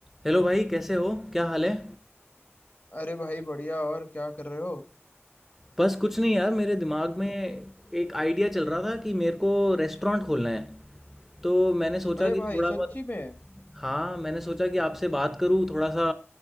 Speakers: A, in the centre; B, on the left (about 45°).
A: Hello भाई कैसे हो क्या हाल है
B: अरे भाई बढ़िया और क्या कर रहे हो
A: बस कुछ नहीं यार मेरे दिमाग में एक आइडिया चल रहा था कि मेरे को रेस्टोरेंट खोलना है तो मैंने सोचा
B: अरे
A: कि
B: भाई
A: थोड़ा
B: सच्ची
A: बहुत
B: में
A: हाँ मैंने सोचा कि आपसे बात करूँ थोड़ा सा